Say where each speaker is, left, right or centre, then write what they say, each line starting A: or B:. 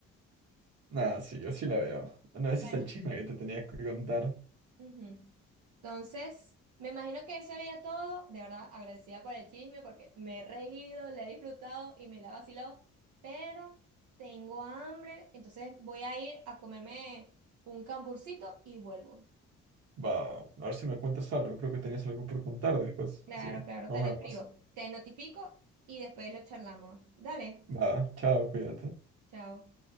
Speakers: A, on the right; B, on the right.
A: Nada, sí, yo sí la veo. Bueno, ese
B: Bueno,
A: es el chisme que te tenía que contar.
B: Ujú. Entonces, me imagino que eso era ya todo. De verdad, agradecida por el chisme porque me he reído, le he disfrutado y me la vaciló. Pero tengo hambre, entonces voy a ir a comerme un camburcito y vuelvo.
A: Va, a ver si me cuentas algo. Creo que tenías algo por contar después.
B: Claro,
A: Así,
B: claro,
A: nos
B: te lo
A: vemos.
B: escribo, te notifico y después lo charlamos. Dale,
A: Va, chao, cuídate.
B: chao.